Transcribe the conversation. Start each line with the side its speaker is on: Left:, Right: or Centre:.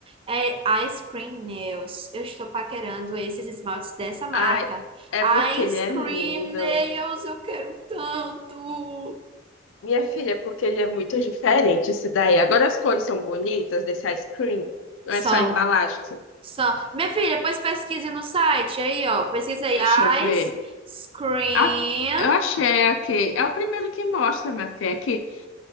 Right: É Ice Cream Nails. Eu estou paquerando esses esmaltes dessa marca.
Left: ai, é porque ele
Right: Ice
Left: é
Right: Cream
Left: lindo.
Right: Nails, eu quero tanto.
Left: Minha filha, porque ele é muito diferente esse daí. Agora as cores são bonitas desse ice cream. Não
Right: São,
Left: é só a embalagem. que você-
Right: são. Minha filha, depois pesquise no site aí, ó. Pesquisa aí
Left: Deixa eu ver.
Right: Ice Cream.
Left: Ah, eu achei aqui. É o primeiro que mostra, minha filha. Aqui.